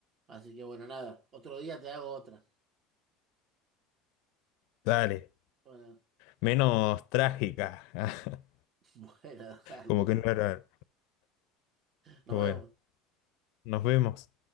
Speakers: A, on the right; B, on the left.
A: Así que bueno, nada, otro día te hago otra.
B: Dale.
A: Bueno,
B: Menos trágica. <laughs>
A: <laughs> bueno, dale.
B: Como que no era.
A: Nos
B: Bueno,
A: vemos.
B: nos vemos.